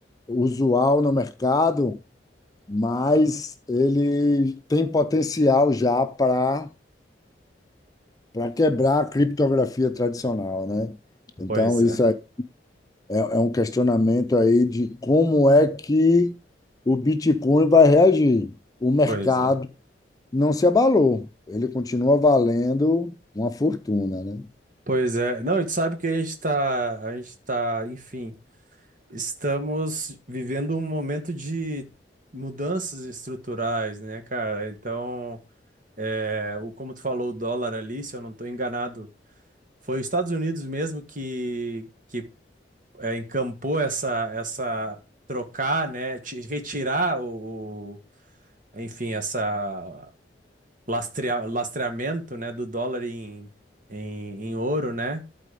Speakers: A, on the left; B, on the right.
A: usual no mercado, mas ele tem potencial já para para quebrar a criptografia tradicional, né? Então,
B: Pois é,
A: isso é, é é um questionamento aí de como é que o Bitcoin vai reagir. O mercado
B: pois é.
A: não se abalou, ele continua valendo uma fortuna, né?
B: Pois é. Não, e tu sabe que a gente tá, a gente tá, enfim, estamos vivendo um momento de mudanças estruturais, né, cara? Então, É, o, como tu falou, o dólar ali, se eu não estou enganado, foi os Estados Unidos mesmo que, que é, encampou essa, essa trocar, né, ti- retirar o, o- enfim, essa lastrea, lastreamento, né, do dólar em, em, em ouro, né,